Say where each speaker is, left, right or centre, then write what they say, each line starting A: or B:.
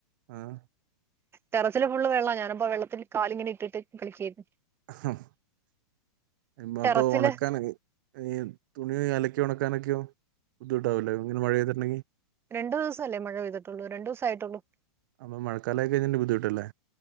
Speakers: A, on the right; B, on the right.
A: ആഹ്
B: ടെറസില് ഫുള്ള് വെള്ളാ ഞാനിപ്പം വെള്ളത്തിൽ കാലിങ്ങനെട്ടിട്ട് കളിക്കുവായിരുന്നു
A: ഉഹും
B: ടെറസില്
A: ഉണക്കാൻ <unintelligible> തുണീ അലക്കി ഒണക്കാനെക്കെയോ? ബുദ്ധമുട്ടാവില്ലേ ഇങ്ങനെ മഴ പെയ്തിട്ടുണ്ടെങ്കിൽ
B: രണ്ടുദിവസമല്ലേ മഴ പെയ്തിട്ടുള്ളു, രണ്ട് ദിവസം ആയിട്ടുള്ളു
A: അപ്പ മഴക്കാലായി കഴിഞ്ഞാൽ ബുദ്ധിമുട്ടല്ലേ?